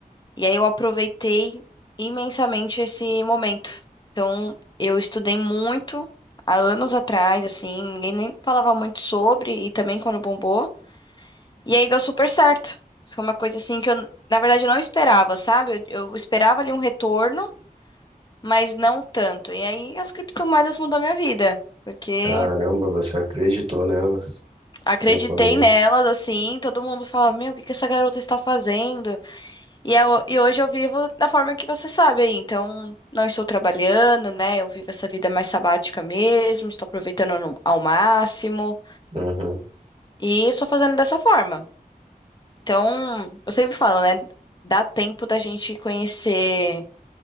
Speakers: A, on the left; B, on the right.
A: E aí eu aproveitei imensamente esse momento. Então, eu estudei muito há anos atrás, assim, ninguém nem falava muito sobre, e também quando bombou. E aí deu super certo. Foi uma coisa assim que eu, na verdade, eu não esperava, sabe? eu eu esperava ali um retorno. mas não tanto. E aí as criptomoedas mudou minha vida, porque
B: Caramba, você acreditou nelas
A: acreditei
B: no começo.
A: nelas, assim, todo mundo fala, meu, o que que essa garota está fazendo? E, eu- e hoje eu vivo da forma que você sabe aí, então não estou trabalhando, né? Eu vivo essa vida mais sabática mesmo, estou aproveitando no- ao máximo
B: Uhum.
A: e estou fazendo dessa forma. Então, eu sempre falo, né? Dá tempo da gente conhecer